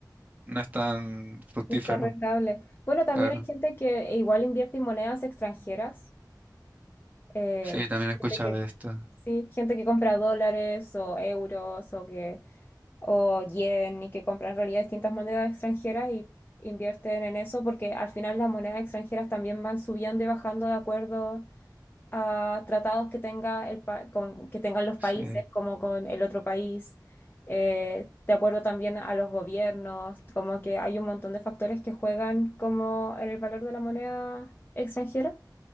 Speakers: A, on the right (about 20°); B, on the left (about 25°).
A: no es tan fructífero,
B: No es tan rentable. Bueno, también
A: claro.
B: hay gente que igual invierte en monedas extranjeras. eh,
A: Sí, también he escuchado
B: gente que,
A: esto.
B: sí, gente que compra dólares o euros o que o yen y que compra en realidad distintas monedas extranjeras y invierten en eso porque al final las monedas extranjeras también van subiendo y bajando de acuerdo a tratados que tenga el pa- con- que tengan los
A: Sí,
B: países como con el otro país, eh, de acuerdo también a los gobiernos, como que hay un montón de factores que juegan como en el valor de la moneda extranjera.